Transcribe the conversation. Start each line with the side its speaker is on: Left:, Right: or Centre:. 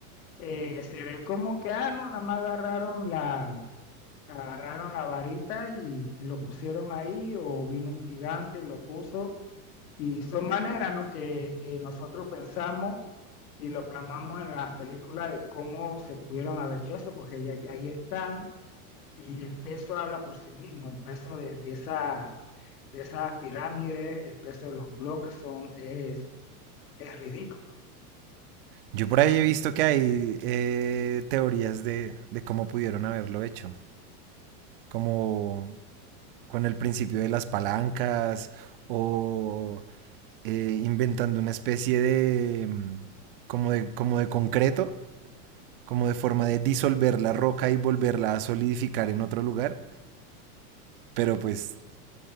Left: eh, se ve como que, ah, no, nada más agarraron la, agarraron la varita y lo pusieron ahí o vino un gigante y lo puso Y son maneras, ¿no? que eh, nosotros pensamos y lo plasmamos en las películas de cómo se pudieron haber hecho eso, porque ahí, ahí están y el peso habla por sí mismo, el peso de, de esa, de esas pirámides, el peso de los bloques son, es, es ridículo.
Right: Yo por ahí he visto que hay eh, teorías de, de cómo pudieron haberlo hecho, como con el principio de las palancas o eh, inventando una especie de mm, como de como de concreto, como de forma de disolver la roca y volverla a solidificar en otro lugar, pero pues